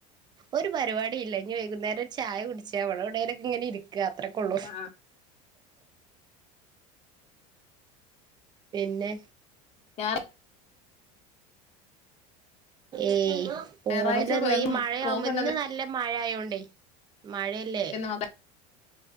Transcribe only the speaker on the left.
ആഹ്
ഞാ
ഞായറാഴ്ച എങ്ങും
പോക്കല്ലെന്നല്ലേന്ന്
മക്ക